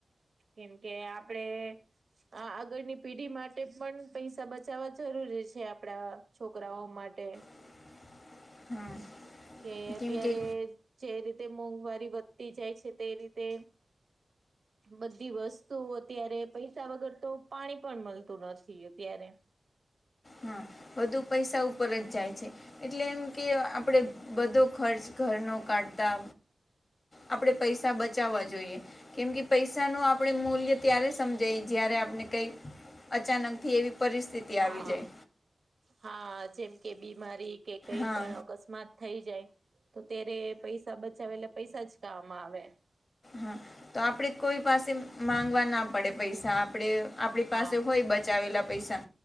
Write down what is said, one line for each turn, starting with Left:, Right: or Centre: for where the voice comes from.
Right: કેમ કે આપડે આગળની પીઢી માટે પણ પૈસા બચાવવા જરૂરી છે આપડા છોકરાઓ માટે.
Left: <unintelligible> હા
Right: કે અત્યારે
Left: કેમકે
Right: જે રીતે મોંઘવારી વધતી જાય છે તે રીતે બધી વસ્તુ અત્યારે તો પૈસા વગર તો પાણી પણ મળતું નથી અત્યારે.
Left: હા વધુ પૈસા ઉપર જ જાય છે. એટલે એમ કે આપણે બધો ખર્ચ ઘરનો કાઢતા આપણે પૈસા બચાવવા જોઈએ. કેમ કે પૈસા નું આપણે મૂલ્ય ત્યારે સમજાય જયારે આપને કઈ અચાનક થી એવી પરિસ્થિતિ આવી
Right: હા
Left: જાય
Right: હા જેમ કે બીમારી કે કઈ
Left: હા
Right: પણ કસ્માત થઈ જાય તો ત્યારે પૈસા બચાવે એટલે પૈસા જ કામ આવે
Left: હા તો આપડે કોઈ પાસે માંગવા ના પડે પૈસા આપડે આપડી
Right: હા
Left: પાસે હોય બચાવેલા પૈસા